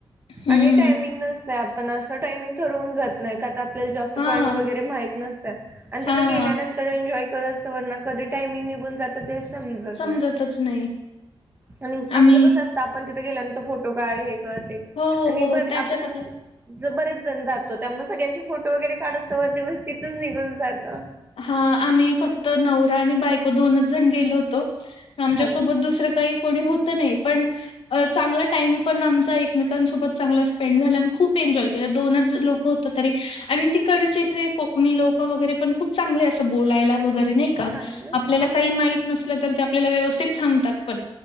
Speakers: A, on the left; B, on the right.
A: हम्म
B: आणि टायमिंग नसत आपण असं टायमिंग ठरवून जात नाही का? ल्या जास्त
A: हा.
B: पॉईंट वगैरे माह नतात आणि तिथं
A: हां,
B: गेल्यानंतर एन्जॉय करत. कधी टामंग निघून जात. ते समजत
A: समजतच
B: नाही
A: नाही.
B: आणि
A: आम्ही
B: आपलं कसं? आपण तिथं गेल्यानंतर फोटो काढ हे कर
A: हो,
B: आणि
A: हो.
B: बर
A: त्याच्यात
B: आपण
A: आपलं
B: ज बरेच जण जातो त्यामुळे सगळ्यांचे फोटो वगैरे काढत व दिवस तिथच निघून जातं.
A: हा आम्ही फक्त नवरा आणि बायको दोनच जण गेलो होतो. आमच्यासोबत
B: हा
A: दुसरं काही कोणी होत नाही पण चांगला टाइम पण आमचा एकमेकांसोबत चांगला स्पेंड झाला आणि खूप एन्जॉय केलं दोनच लोक होत. तरी आणि तिकडचे जे कोकणी लोक वगैरे पण खूप चांगले असं बोलायला वगैरे नाही का
B: हा ना
A: आपल्याला काही माहीत नसलं तर ते आपल्याला व्यवस्थित सांगतात पण